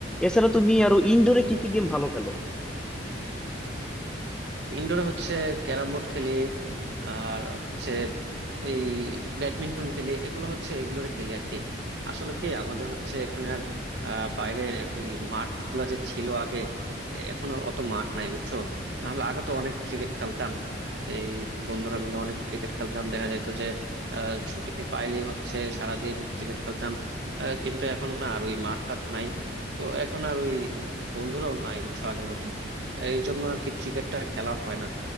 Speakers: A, in the centre; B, on the right (about 60°).
A: এছাড়া তুমি আরো ইনডোরে কি কি গেম ভালো খেলো
B: ইনডোরে হচ্ছে ক্যারাম বোর্ড খেলি আর হচ্ছে এই ব্যাডমিন্টন খেলি এগুলো হচ্ছে ইনডোরে খেলি আর কি আসলে কি আমাদের হচ্ছে এখানে আর আহ, বাইরে ওই মাঠ গুলা যে ছিল আগে এ- এখন আর অত মাঠ নাই বুঝছো নাহলে আগে তো অনেক ক্রিকেট খেলতাম এই বন্ধুরা মিলে অনেক ক্রিকেট খেলতাম দেখা যাইতো যে আহ, ছুটি পাইলেই হচ্ছে সারাদিন ক্রিকেট খেলতাম আহ, কিন্তু এখন না আর ওই মাঠ টাট নাই তো এখন আর ওই বন্ধুরাও নাই বুঝছো আগের মতো এই জন্য আর কি ক্রিকেটটা খেলা হয় না